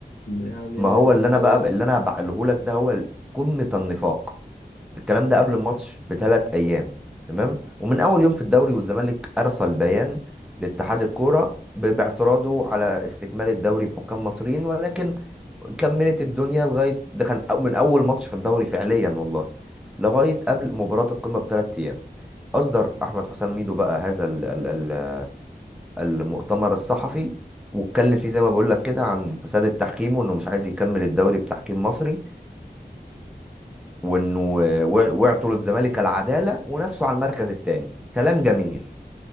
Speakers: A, on the left (about 55°); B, in the centre.
A: يعني
B: ما هو
A: ناس
B: اللي
A: طيبة
B: انا بقى اللي انا بقوله لك ده هو قمة النفاق الكلام ده قبل الماتش بثلاث ايام تمام ومن اول يوم في الدوري والزمالك ارسل بيان لاتحاد الكوره ب- باعتراضه على استكمال الدوري بحكام مصريين ولكن كملت الدنيا لغايه ده كان أو- من اول ماتش في الدوري فعليا والله لغايه قبل مباراه القمه بثلاث ايام اصدر احمد حسام ميدو بقى هذا ال- ال- ال- المؤتمر الصحفي واتكلم فيه زي ما بقول لك كده عن فساد التحكيم وانه مش عايز يكمل الدوري بتحكيم مصري وانه وع- وعطوا للزمالك العداله ونافسوا على المركز الثاني كلام جميل